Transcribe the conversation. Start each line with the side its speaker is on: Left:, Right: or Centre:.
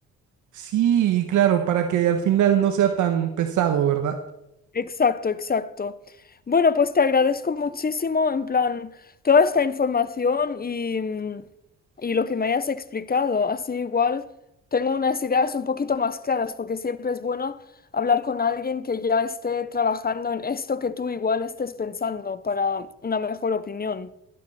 Right: Sí, claro, para que al final no sea tan pesado, ¿verdad?
Left: Exacto, exacto. Bueno, pues te agradezco muchísimo en plan toda esta información y, mm, y lo que me hayas explicado. Así igual tengo unas ideas un poquito más claras porque siempre es bueno hablar con alguien que ya esté trabajando en esto que tú igual estés pensando para una mejor opinión.